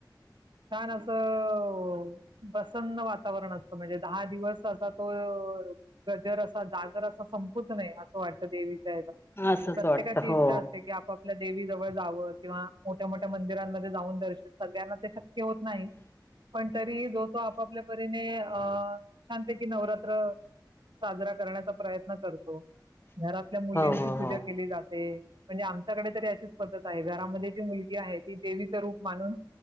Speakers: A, on the right; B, on the left.
A: छान असं प्रसन्न वातावरण असतं, म्हणजे दहा दिवस अस तो गजर असा जागर असा संपूच नये असं वाटतं देवी.
B: असंच
A: प्रत्येकाची
B: वाटतं हो
A: इच्छा असते, की आपापल्या देवी व किंवा मोठ्या मो मंदिरामध्ये जाऊन दर्शन सगळ्यांना ते शक्य होत. नाही पण तरी जो तो आपापल्या परीने अ छानपैकी नवरात्र साजरा करण्याचा प्रयत्न करतो. घरातल्या मुलींची
B: हो हो हो
A: पूजा केली जाते. ते म्हणजे आमच्याकडे तरी अशी पद्धत आहे घरामध्ये जी मुलगी आहे ती देवीच रूप मानून